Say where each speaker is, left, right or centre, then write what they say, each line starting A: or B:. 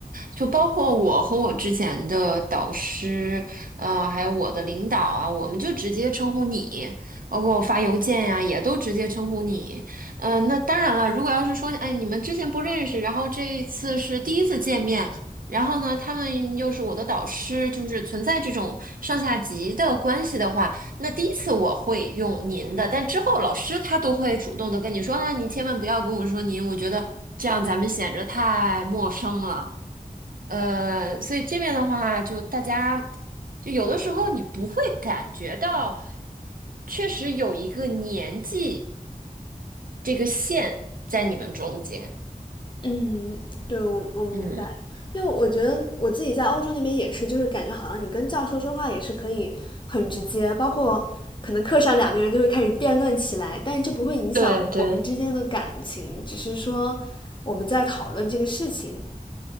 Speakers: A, on the right; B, on the left.
A: 就包括我和我之前的导师，呃，还有我的领导啊，我们就直接称呼你，包括我发邮件呀、也都直接称呼你。嗯，那当然了，如果要是说，哎，你们之前不认识，然后这一次是第一次见面。然后呢，他们又是我的导师，就是存在这种上下级的关系的话，那第一次我会用您的，但之后老师他都会主动的跟你说啊，你千万不要跟我说您，我觉得这样咱们显着太陌生了。呃，所以这边的话，就大家就有的时候你不会感觉到，确实有一个年纪这个线在你们中间。
B: 嗯，对，我我明白，
A: 嗯，
B: 因为我觉得我自己在欧洲那边也是，就是感觉好像你跟教授说话也是可以很直接，包括可能课上两个人就会开始辩论起来，但是这不会影响我们之间的感情，
A: 对对，
B: 只是说我们在讨论这个事情，